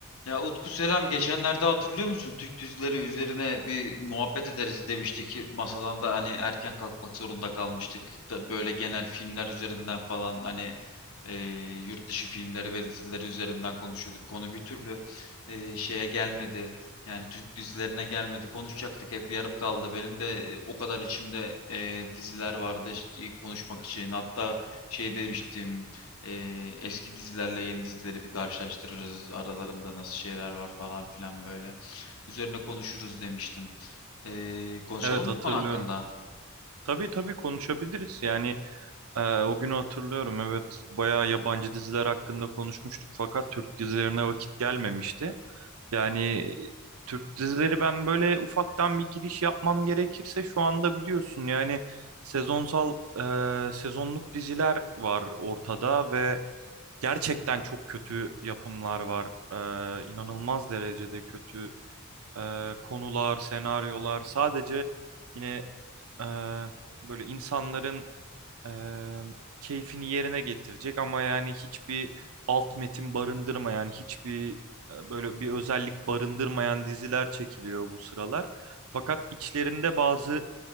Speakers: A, on the left (about 75°); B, on the right (about 80°).
A: Ya Utku selam. Geçenlerde hatırlıyor musun? Türk dizileri üzerine bir muhabbet ederiz demiştik. ki Masadan da hani erken kalkmak zorunda kalmıştık. Da böyle genel filmler üzerinden falan hani e, yurt dışı filmleri ve dizileri üzerinden konuşuyorduk. Konu bir türlü e, şeye gelmedi. Yani Türk dizilerine gelmedi. Konuşacaktık hep yarım kaldı. Benim de e, o kadar içimde e, diziler vardı e, konuşmak için. Hatta şey demiştim. Ee, eski dizilerle yeni dizileri bir karşılaştırırız. Aralarında nasıl şeyler var falan filan böyle. Üzerine konuşuruz demiştim. Ee, konuşalım
B: Evet hatırlıyorum.
A: mı bu konu hakkında?
B: Tabii tabii konuşabiliriz. Yani e, o günü hatırlıyorum. Evet bayağı yabancı diziler hakkında konuşmuştuk fakat Türk dizilerine vakit gelmemişti. Yani Türk dizileri ben böyle ufaktan bir giriş yapmam gerekirse şu anda biliyorsun yani sezonsal e, sezonluk diziler var ortada ve gerçekten çok kötü yapımlar var. E, inanılmaz derecede kötü e, konular, senaryolar sadece yine e, böyle insanların e, keyfini yerine getirecek ama yani hiçbir alt metin barındırmayan, hiçbir e, böyle bir özellik barındırmayan diziler çekiliyor bu sıralar. Fakat içlerinde bazı